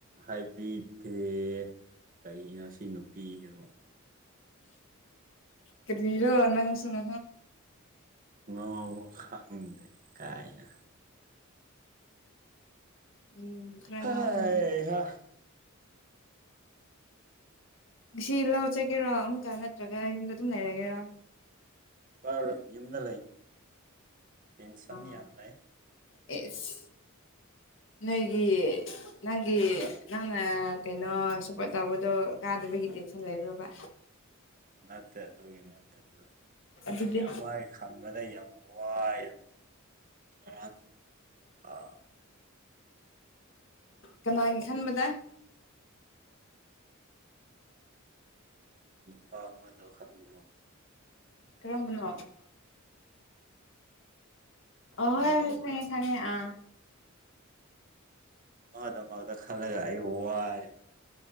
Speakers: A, on the right; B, on the left.
A: ꯍꯥꯏꯕꯤꯗꯦ ꯀꯩꯅꯣ ꯁꯤ ꯅꯨꯄꯤꯁꯨ
B: ꯀꯔꯤꯔ ꯋꯥꯅꯉꯁꯨꯅꯣ
A: ꯉ ꯈꯪꯗ ꯀꯥꯏꯅ
B: ꯎꯝ ꯈꯔ
A: ꯍꯩꯍꯥ
B: ꯉꯥꯎꯕꯅꯦ ꯁꯤ ꯏꯂ ꯍ ꯆꯀꯤꯦꯔꯣ ꯑꯃꯛ ꯀ ꯅꯠꯇ꯭ꯔꯒ ꯏ ꯑꯗꯨꯝ ꯂꯩꯔꯒꯦꯔ
A: ꯆꯥꯔꯣꯏ ꯌꯨꯝꯗ ꯂꯩ ꯇꯦꯟꯁꯟ
B: ꯑꯥ
A: ꯌꯥꯝ ꯂꯩ
B: ꯑꯦꯁ ꯅꯣꯏꯒꯤ ꯅꯪꯒꯤ ꯅꯪꯅ ꯀꯩꯅꯣ ꯁꯞꯄꯣꯔꯠ ꯇꯧꯕꯗꯣ ꯀꯥꯗꯕꯒꯤ ꯦꯁꯟ ꯂꯩꯕ꯭ꯔꯕ
A: ꯅꯅꯥꯠꯇ ꯑꯗꯨꯣꯒꯤ ꯅꯠꯇ
B: ꯑꯗꯨꯗꯤ
A: ꯃꯤ ꯑꯃꯒꯤ ꯈꯟꯕꯗ ꯌꯥꯝ ꯋꯥꯏ ꯃ ꯑ
B: ꯀꯅꯥꯒꯤꯦ ꯈꯟꯕꯗ
A: ꯄꯝꯕꯗꯣ ꯈꯝꯗ꯭ꯔꯣ
B: ꯀꯔꯝꯕꯅꯣ
A: ꯔꯣꯅꯦꯜꯗꯣ
B: ꯑꯣꯍꯣꯏ ꯈꯥꯉꯦ ꯈꯥꯉꯦ ꯑ
A: ꯃꯥꯗ ꯃꯥꯗ ꯈꯜꯂꯒ ꯑꯩ ꯋꯥꯔꯦ